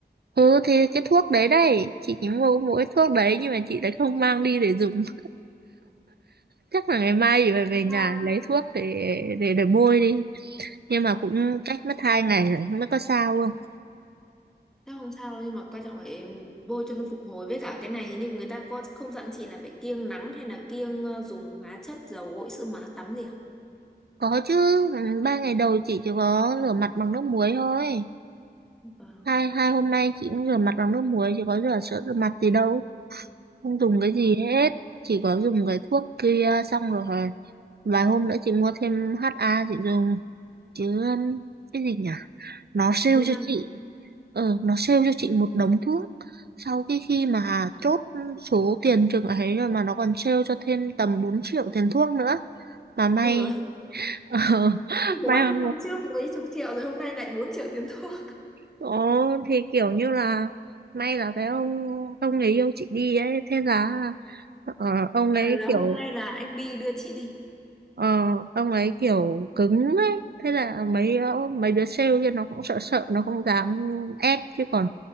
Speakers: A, on the right; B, in the centre.
A: ừ thì cái thuốc đấy đây chị chỉ mua mỗi thuốc đấy nhưng mà chị lại không mang đi để dùng <laughs> chắc là ngày mai chị phải về
B: Vâng.
A: nhà lấy thuốc để để để bôi đi nhưng mà cũng cách mất hai ngày rồi không biết có sao không
B: Chắc không sao đâu nhưng mà quan trọng là em bôi cho nó phục hồi với cả cái này hình như người ta có không dặn chị là phải kiêng nắng hay là kiêng ờ, dùng hóa chất dầu gội sữa má tắm gì à?
A: có chứ ừ, ba ngày đầu chị chỉ có rửa mặt bằng nước muối thôi
B: Vâng,
A: hai hai hôm nay chị cũng rửa mặt bằng nước muối chỉ có rửa sữa rửa mặt gì đâu không dùng cái
B: vâng.
A: gì hết chỉ có dùng cái thuốc kia xong rồi vài hôm nữa chị mua thêm HA chị dùng chứ um, cái gì nhỉ nó sale
B: b năm
A: cho chị ờ nó sale cho chị một đống thuốc sau cái khi mà chốt số tiền chừng ấy rồi mà nó còn sale cho thêm tầm 4 triệu tiền thuốc nữa mà may
B: Ôi rồi.
A: <laughs> ờ,
B: Gói
A: may mà
B: hôm trước mấy chục triệu rồi hôm nay lại 4 triệu tiền thuốc.
A: ồ thì kiểu như là may là cái ông ông người yêu chị đi ấy thế là ờ, ông ấy
B: À là
A: kiểu
B: hôm nay là anh Bi đưa chị đi.
A: Ờ, ông ấy kiểu cứng ấy. Thế là mấy ờ, mấy đứa sale kia nó cũng sợ sợ nó không dám ép chứ còn